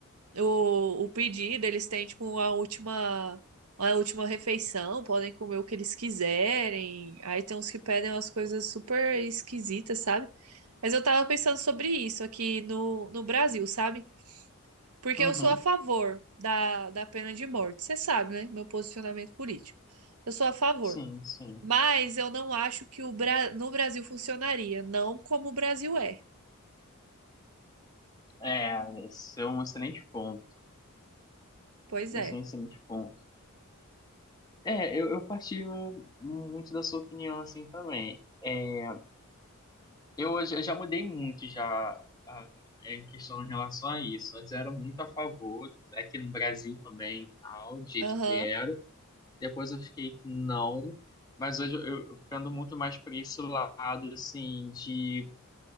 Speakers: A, on the right; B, on the left.
A: o, o pedido, eles têm tipo uma última, uma última refeição, podem comer o que eles quiserem. Aí tem uns que pedem umas coisas super esquisitas, sabe? Mas eu tava pensando sobre isso aqui no, no Brasil, sabe? Porque
B: Uhum,
A: eu sou a favor da, da pena de morte, você sabe, né? Meu posicionamento político. Eu sou a favor.
B: sim, sim.
A: Mas eu não acho que o Bra... no Brasil funcionaria. Não como o Brasil é.
B: É, esse é um excelente ponto.
A: Pois
B: Esse
A: é.
B: é um excelente ponto. É, eu, eu partilho muito da sua opinião, assim, também. É, Eu hoje eu já mudei muito já ah, em questão em relação a isso. Antes eu era muito a favor, aqui no Brasil também, e tal, do jeito
A: Aham.
B: que era. Depois eu fiquei que não, mas hoje eu, eu pendo muito mais para esse lado assim de